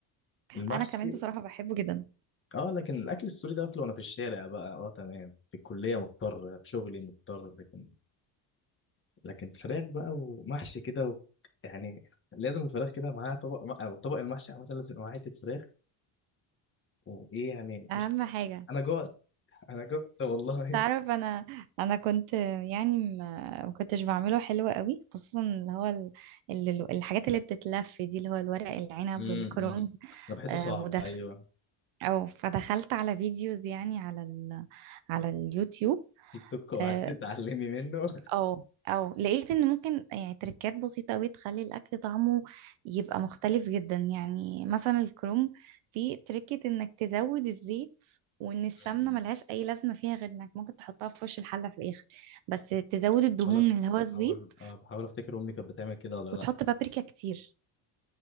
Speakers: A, on the left (about 25°); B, on the right (about 80°).
A: المحشي
B: انا كمان بصراحة بحبه جدا
A: اه لكن الاكل السوري ده باكله وانا في الشارع بقى اه تمام في الكليه مضطر في شغلي مضطر لكن لكن فراخ بقى ومحشي كده و... يعني لازم الفراخ كده معاها طبق او طبق المحشي عامه لازم يبقى معاه حته فراخ وايه يعني
B: اهم
A: مش
B: حاجة
A: انا جوعت انا جوعت والله <laughs>
B: تعرف انا انا كنت يعني ما ما كنتش بعمله حلو قوي خصوصا اللي هو ال- ال- الحاجات اللي بتتلف دي اللي هو الورق العنب
A: امم
B: والكرنب
A: انا بحسه
B: آه
A: صعب
B: ودخ
A: ايوه
B: او فدخلت على فيديوز يعني على ال على اليوتيوب
A: تيك توك وقعدت
B: آه،
A: <laughs> تتعلمي منه
B: او او لقيت ان ممكن يعني تركات بسيطة قوي تخلي الاكل طعمه يبقى مختلف جدا يعني مثلا الكروم في تركة انك تزود الزيت وان السمنة
A: مم.
B: ملهاش اي لازمة فيها غير انك ممكن تحطها في وش الحلة في الاخر بس تزود الدهون
A: بحاول أف-
B: اللي هو الزيت
A: بحاول آه، بحاول افتكر امي كانت بتعمل كده ولا
B: وتحط
A: لا
B: بابريكا كتير